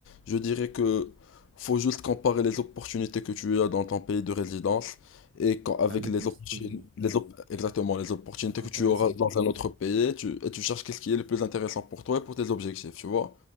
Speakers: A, on the left; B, on the right.
A: je dirais que faut juste comparer les opportunités que tu as dans ton pays de résidence et quand- avec
B: avec
A: les
B: l'autre
A: opportunités,
B: pays.
A: les op- exactement, les opportunités
B: Intéressant,
A: que tu auras dans un autre pays, tu, et tu cherches qu'est-ce qui est le plus intéressant pour toi et pour tes objectifs, tu vois.